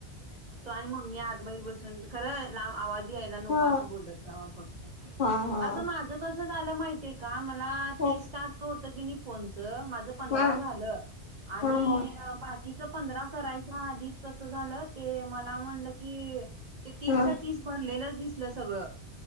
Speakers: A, on the right; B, on the left.
A: तु आणि मम्मी आत मधी बसून खरं लांब आवाज यायला नको
B: हा
A: अस बोलत जावा फक्त
B: हा हा
A: अगं माझ कस झालं माहितीये का ला
B: हा
A: तीस टास्क होत की नी फोनच माझ पंधरा
B: हा
A: झालं आणि
B: हा हा
A: बाकीच पंधरा करायच्या आधीच कस झालं ते मला म्हणलं की ते तीसच्या
B: हा
A: तीस भरलेलंच दिसलं सगळं